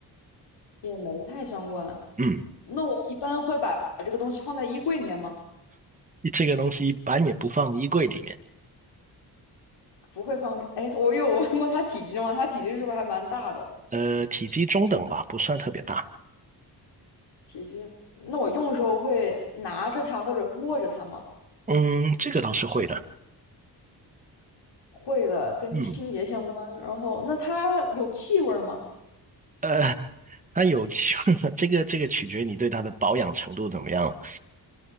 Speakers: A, on the left (about 85°); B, on the right (about 20°).
A: 也没太相关。
B: 嗯，
A: 那我一般会把这个东西放在衣柜里面吗？
B: 这个东西一般也不放衣柜里面。
A: 不会放给。哎，我有问过它体积吗？它体积是不是还蛮大的？
B: 呃，体积中等吧，不算特别大。
A: 体积，那我用的时候会拿着它或者握着它吗？
B: 嗯，这个倒是会的。
A: 会的，跟清洁相关。
B: 嗯，
A: 然后，那它有气味儿吗？
B: 呃，它有 <laughs> 这个这个取决你对它的保养程度怎么样了。